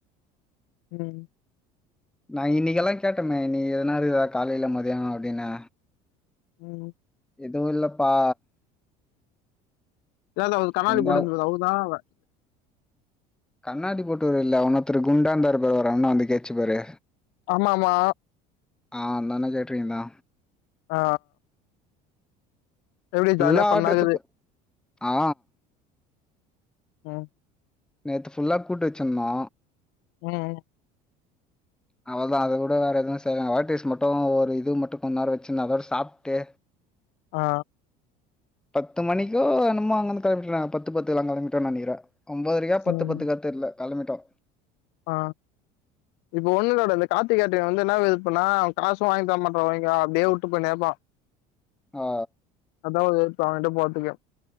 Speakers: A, on the left (about 70°); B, in the centre.
A: ம்
B: நா இன்னிக்கெல்லா கேட்டமே நீ எதனாரு ஏதா காலையில மதியானோ அப்டினு
A: ம்
B: எதுவு இல்லப்பா
A: இதாவது அவ கண்ணாடி
B: இந்தா"
A: போட்டுது அவுதா அவ
B: கண்ணாடி போட்டுவரு இல்ல இன்னொத்தரு குண்டா இந்தாரு பாரு ஒரு அண்ணா வந்து கேச்சு பாரு
A: ஆமாமா
B: ஆ அந்த அண்ணா கேட்ரிங்தா
A: ஆ எப்டி
B: ஃபுல்லா
A: ஜாலியா ஃபண்ணாகுது
B: ஆட்ரு எடுத்து ஆ,
A: ம்
B: நேத்து ஃபுல்லா கூட்டு வெச்சிருந்தோ
A: ம் ம்
B: அவள்தா அத விட வேற ஏதா செய்வாங்க வேர்டேஸ் மட்டு ஒரு இது மட்டு கொஞ்ச நேர வெச்சுன்னு அதோட சாப்ட்டு
A: ஆ
B: பத்து மணிக்கோ என்னமோ அங்கந்து கெளம்பிட்ட நா பத்து பத்துக்குலா கெளம்பிட்ட நெனைக்குற ஒம்பதரைக்கா பத்து
A: ம்,
B: பத்துக்கா தெர்ல கெளம்பிட்டோ
A: ஆ இப்ப ஒண்ணு இல்ல அப்டே அந்த கார்த்திக் கேட்டு இவ வந்து என்னா விருப்பன்னா அவன் காசும் வாங்கி தர மாட்ரா ஒய்ங்கா அப்டே உட்டு போய்னேப்பா
B: ஆ
A: அதா வெறுப்பே அவங்கிட்ட போறத்துக்கே